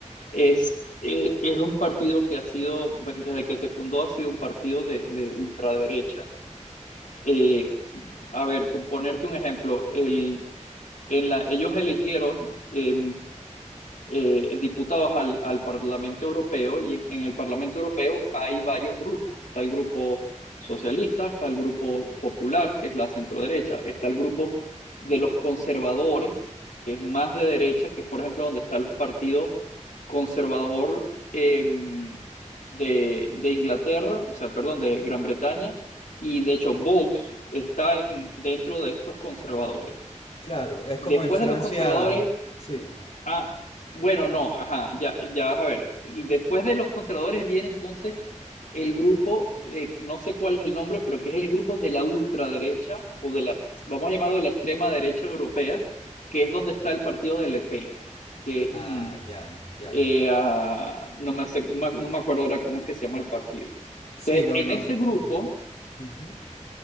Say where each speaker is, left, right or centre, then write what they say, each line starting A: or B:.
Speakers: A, on the left (about 85°); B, on the left (about 60°).
A: es, eh, es un partido que ha sido, bueno, desde que se fundó, ha sido un partido de, de ultraderecha. Eh, a ver, con ponerte un ejemplo, el, en la, ellos eligieron eh, eh, diputados al, al Parlamento Europeo y en, en el Parlamento Europeo hay varios grupos. Está el grupo socialista, está el grupo popular, que es la centroderecha, está el grupo de los conservadores, que es más de derecha, que es por ejemplo donde está el Partido Conservador eh, de, de Inglaterra, o sea, perdón, de Gran Bretaña, y de hecho Vox está en- dentro de estos conservadores.
B: Claro, es
A: Después
B: como en Francia.
A: de los conservadores
B: Sí.
A: Ah, bueno, no, ajá, ya, ya vas a ver. Después de los conservadores viene entonces el grupo, eh, no sé cuál es el nombre, pero que es el grupo de la ultraderecha o de la, vamos a llamarlo de la extrema derecha europea, que es donde está el partido de Le Pen, que es,
B: Ah,
A: mm,
B: ya, ya.
A: eh, ah, no me hace- no me no me acuerdo ahora cómo es que se llama el partido.
B: Sí,
A: Entonces,
B: no,
A: en
B: no.
A: ese
B: no.
A: grupo,
B: Ujú.